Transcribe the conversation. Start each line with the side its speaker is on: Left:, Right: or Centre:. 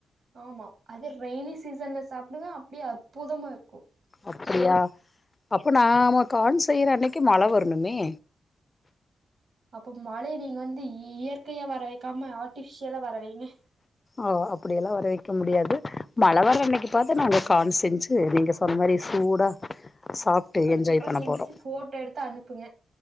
Right: ஆமா அது ரெய்னி சீசன்ல சாப்டுங்க அப்டியே அற்புதமாயிருக்கும்
Left: அப்படியா அப்ப நாம கான் செய்ற அன்னிக்கு மழ வர ணுமே
Right: அப்ப மழைய நீங்க வந்து இ இயற்கயா வர வைக்காம ஆர்ட்டிஃபிஷியலா வர வைங்க
Left: ஆ அப்படியல்லா வரவக்க முடியாது மழ வர அன்னக்கி பாத்து நாங்க காண் செஞ்சு நீங்க சொன்ன மாரி சூடா சாப்ட்டு
Right: கண்டிபா
Left: என்ஜாய் பண்ண
Right: செஞ்சுட்டு
Left: போறோ
Right: போட்டோடெடுத்து அனுப்புங்க